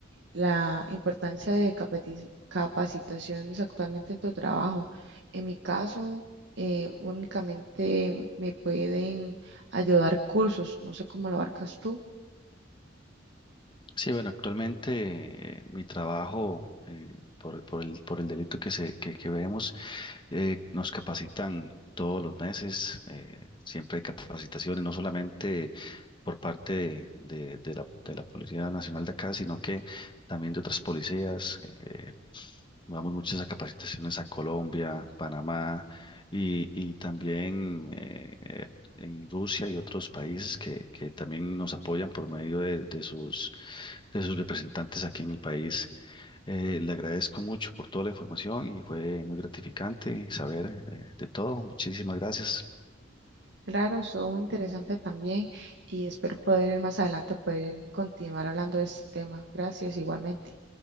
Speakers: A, on the right (about 65°); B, on the left (about 25°).
A: la importancia de capati- capacitaciones actualmente en tu trabajo? En mi caso... eh, únicamente me pueden ayudar cursos, no sé cómo lo abarcas tú.
B: Sí, bueno, actualmente eh, mi trabajo eh, por, por el, por el delito que, se, que, que vemos eh, nos capacitan todos los meses, eh, siempre hay capacitaciones, no solamente por parte de, de- de la, de la Policía Nacional de acá, sino que también de otras policías. eh, vamos muchas a capacitaciones a Colombia, Panamá y, y también eh, eh, en Rusia y otros países que, que también nos apoyan por medio de, de sus, de sus representantes aquí en el país. Eh, le agradezco mucho por toda la información y fue muy gratificante saber eh, de todo. Muchísimas gracias.
A: Claro, estuvo muy interesante también y espero poder ir más adelante poder continuar hablando de este tema. Gracias, igualmente.